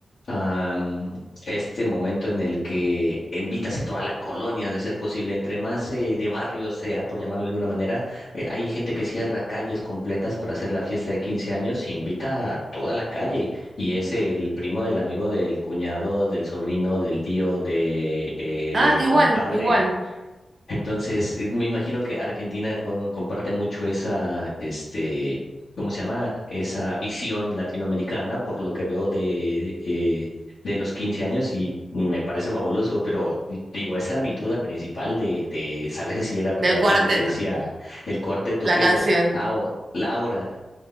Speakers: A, on the left (about 75°); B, on the right (about 55°).
A: am, este momento en el que invitas a toda la colonia, de ser posible, entre más eh, de barrio sea, por llamarlo de alguna manera, eh, hay gente que cierra calles completas para hacer la fiesta de 15 años y invita a toda la calle y es el primo del amigo del cuñado, del sobrino, del tío, del
B: Ah, igual,
A: compadre.
B: igual,
A: Entonces, eh, me imagino que Argentina con- comparte mucho esa, este, ¿cómo se llama? Esa visión latinoamericana, por lo que veo de, eh, de los 15 años y me parece fabuloso, pero digo, esa era mi duda principal de, de saber si era verdad
B: del cuarteto.
A: lo que decía el cuarteto,
B: La
A: pero
B: canción.
A: ao- Laura,